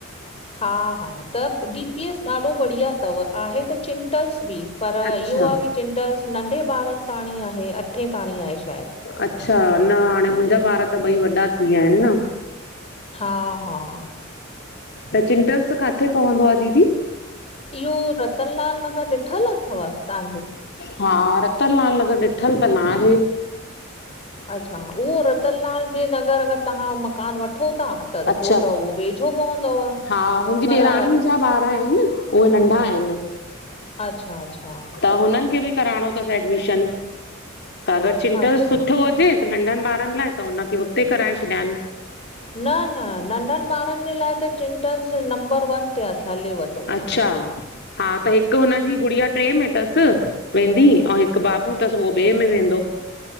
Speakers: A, on the left; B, on the left.
A: हा-हा त डी पी एस ॾाढो बढ़िया तव आहे त चिंटल्स बि! पर
B: अच्छा
A: इहो आ की चिंटल्स नंढे बारन ताण़ी आहे, अठे ताण़ी आहे श़ायद।
B: अच्छा, न हाणे मुन्ज़ा ॿार त ॿई वॾा थी व्या आऐं न।
A: हां-हां!
B: त चिंटल्स काथ़े पवंदो आ दीदी।
A: इओ रतनलाल नगर ॾिठल अथव ताहां जो।
B: हा, रतनलाल नगर ॾिठल त न आहें।
A: अच्छा, उओ रतनलाल जे नगर अगर तहां मकान वठो ता तत्
B: अच्छा
A: पो त उहो वेझो पवदव,
B: हा मुंहिंजी
A: पर
B: ॾेराणी जा ॿार आहिनि उहे नंढा आहें न।
A: अच्छा-अच्छा।
B: त हुनन खे बि कराणो तस एडमिश़न, त अगर चिंटल्स
A: अच्छा
B: सुठो हुजे त नंढन ॿारन लाए त हुनखे हुते कराए छॾयान।
A: न-न नंढन ॿारन जे लाए त चिंटल्स नंबर वन ते आ हलेव तो।
B: अच्छा, हा त हिक़ हुन जी गुड़ि गुड़ीयां टे में तस वेंदी अउ हिक़ बाबू तस उओ ॿे में वेंदो।